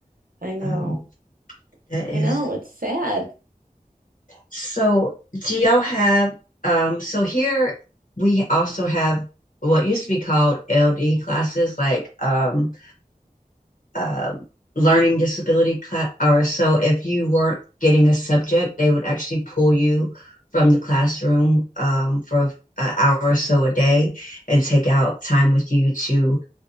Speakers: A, on the right (about 70°); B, on the left (about 65°).
A: I know.
B: Um, that
A: I
B: is
A: know. It's sad.
B: so. Do y'all have um, so here we also have what used to be called LD classes, like um, um learning disability class. Or so if you weren't getting a subject, they would actually pull you from the classroom um, for an hour or so a day and take out time with you to,